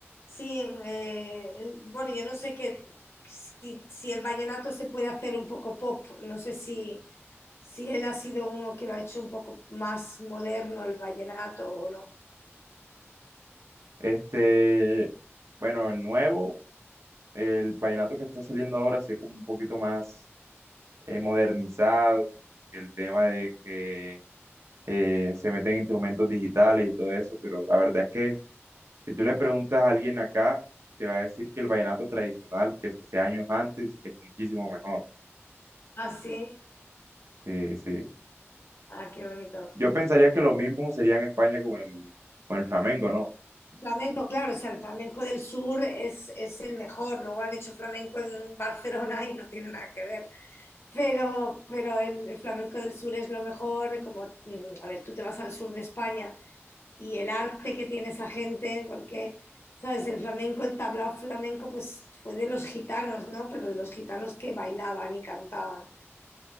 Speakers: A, on the left; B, on the right.
A: sí, eh, el- bueno, yo no sé qué, si, si el vallenato se puede hacer un poco pop, no sé si, si él ha sido uno que lo ha hecho un poco más moderno el vallenato o no.
B: Este, bueno, el nuevo, el vallenato que está saliendo ahora, sí es como un poquito más eh, modernizado, el tema de que eh, se meten instrumentos digitales y todo eso, pero la verdad es que si tú le preguntas a alguien acá, te va a decir que el vallenato tradicional que se hacía años antes es muchísimo mejor.
A: Ah, sí,
B: Sí, sí.
A: ah, qué bonito.
B: Yo pensaría que lo mismo sería en España con el, con el flamenco, ¿no?
A: Flamenco, claro, o sea, el flamenco del sur es, es el mejor, luego han hecho flamenco en Barcelona y no tiene nada que ver. Pero, pero el, el flamenco del sur es lo mejor, como, mm, a ver, tú te vas al sur de España y el arte que tiene esa gente, porque, ¿sabes? El flamenco, el tablao flamenco, pues fue de los gitanos, ¿no? Pero de los gitanos que bailaban y cantaban.